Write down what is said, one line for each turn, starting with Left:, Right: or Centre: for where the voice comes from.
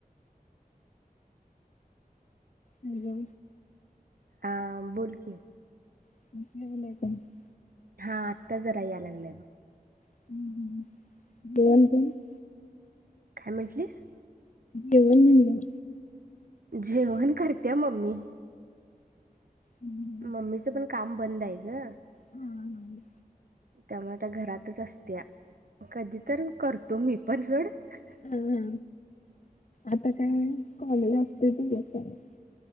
Left: हॅलो.
Right: आ बोल की.
Left: <unintelligible>
Right: हा आत्ता जरा याय लागलंय बघ
Left: <unintelligible> <inaudible>
Right: काय म्हंटलीस?
Left: जेवण म्हणलं.
Right: जेवण करत्या मम्मी
Left: हम्म.
Right: मम्मीचं पण काम बंद आय ग
Left: हा हा.
Right: त्यामूळं आता घरातच असत्या कधी तर करतो मी पण सोडं.
Left: हा हा आता काय कॉलेज असतंय <unintelligible>